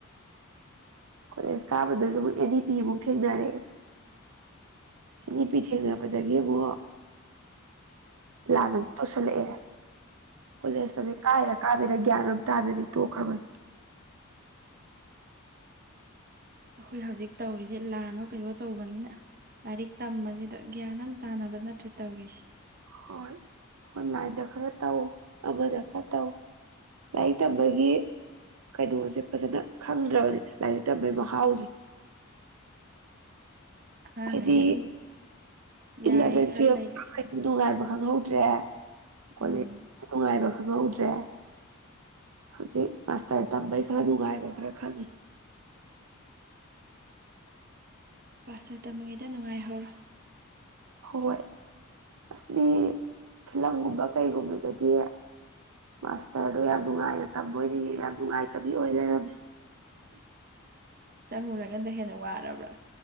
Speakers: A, on the right; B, on the right.
A: ꯀꯣꯂꯦꯖ ꯀꯥꯕꯗꯁꯨ ꯑꯃꯨꯛ ꯑꯦꯅꯤ ꯄꯤꯃꯨꯛ ꯊꯦꯡꯅꯔꯛꯑꯦ ꯏꯅꯤ ꯄꯤ ꯆꯩꯦ ꯄꯖ ꯀꯦ ꯄꯣ ꯂꯥꯟꯅ ꯑꯃꯨꯛ ꯇꯧꯁꯤꯜꯂꯛꯑꯦ ꯀꯣꯂꯦꯖꯇꯗꯤ ꯀꯥꯏꯔ ꯀꯥꯗꯦꯔꯥ ꯒ꯭ꯌꯥꯟ ꯑꯃ ꯇꯥꯗꯕꯤ ꯇꯣꯛꯈ꯭ꯔꯕꯅꯤ <inaudible>
B: ꯑꯩꯈꯣꯏ ꯍꯧꯖꯤꯛ ꯇꯧꯔꯤꯁꯦ ꯂꯥꯟꯅꯣ ꯀꯩꯅꯩꯅꯣ ꯇꯧꯕꯅꯤꯅ ꯂꯥꯏꯔꯤꯛ ꯇꯝꯕꯁꯤꯗ ꯒ꯭ꯌꯥꯟ ꯑꯃ ꯇꯥꯅꯕ ꯅꯠꯇ꯭ꯔꯦ ꯇꯧꯔꯤꯁꯦ
A: ꯍꯣꯏ ꯑꯣꯟꯂꯥꯏꯟꯗ ꯈꯔ ꯇꯧ ꯑꯃꯗ ꯈꯔ ꯇꯧ ꯂꯥꯏꯔꯤꯛ ꯇꯝꯕꯒꯤ ꯀꯩꯅꯣꯁꯦ ꯐꯖꯅ ꯈꯪꯗ꯭ꯔꯕꯅꯤꯅ ꯂꯥꯏꯔꯤꯛ ꯇꯝꯕꯒꯤ ꯃꯍꯥꯎꯁꯦ
B: ꯑꯉꯥꯡꯈꯩꯁꯨ
A: ꯍꯥꯏꯗꯤ
B: ꯑꯗꯨꯝ ꯌꯥꯏ
A: ꯏꯂꯚꯦꯟ
B: ꯈꯜ
A: ꯇꯨꯋꯦꯜ
B: ꯂꯩꯈꯔꯦ
A: ꯅꯨꯡꯉꯥꯏꯕ ꯈꯪꯍꯧꯗ꯭ꯔꯦ ꯀꯣꯂꯦꯅꯨꯡꯉꯥꯏꯕ
B: ꯎꯝ
A: ꯈꯪꯍꯧꯗ꯭ꯔꯦ ꯍꯧꯖꯤꯛ ꯃꯥꯁꯇꯔ ꯇꯝꯕꯩ ꯈꯔ ꯅꯨꯡꯉꯥꯏꯕ ꯈꯔ ꯈꯪꯉꯤ
B: <inaudible> ꯄꯔ ꯇꯝꯃꯤꯉꯩꯗ ꯅꯨꯡꯉꯥꯏꯍꯧꯔꯣ
A: ꯍꯣꯏ ꯑꯁ ꯃꯤ ꯐꯤꯂꯝꯒꯨꯝꯕ ꯀꯩꯒꯨꯝꯕꯗꯗꯤ ꯃꯥꯁꯇꯔꯗꯣ ꯌꯥꯝ ꯅꯨꯡꯉꯥꯏꯅ ꯇꯝꯕꯣꯏꯗꯤ ꯌꯥꯝ ꯅꯨꯡꯉꯥꯏꯇꯕꯤ ꯑꯣꯏ ꯂꯩꯔꯝꯃꯤ <inaudible>
B: ꯆꯪꯉꯨꯔꯀꯥꯟꯗ ꯍꯦꯟꯅ ꯋꯥꯔꯕ꯭ꯔꯥ